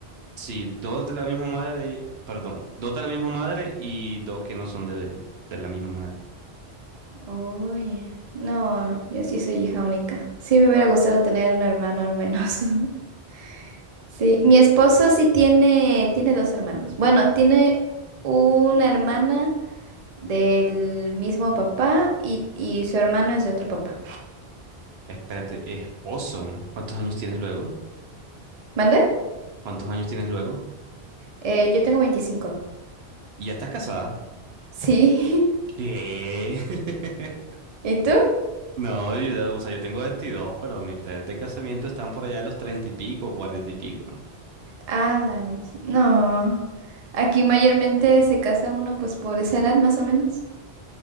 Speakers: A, on the right (about 70°); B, on the right (about 40°).
A: Sí, dos de la misma madre, perdón, dos de la misma madre y dos que no son de, de de la misma madre.
B: Uy, no, yo sí soy hija única. Sí me hubiera gustado tener un hermano al menos. <laughs> Sí, mi esposo sí tiene, tiene dos hermanos. Bueno, tiene una hermana del mismo papá y, y su hermano es de otro papá.
A: Espérate, esposo, ¿cuántos años tienes luego?
B: ¿Mande?
A: ¿Cuántos años tienes luego?
B: Eh, yo tengo veinticinco
A: ¿Y ya estás casada?
B: Sí.
A: ¿Qué? <laughs>
B: <laughs> ¿Y tú?
A: No, yo, o sea, yo tengo 22, pero mis planes de casamiento están por allá de los 30 y pico, cuarenta y pico.
B: Ah, la mech- No. Aquí mayormente se casa uno pues por esa edad más o menos.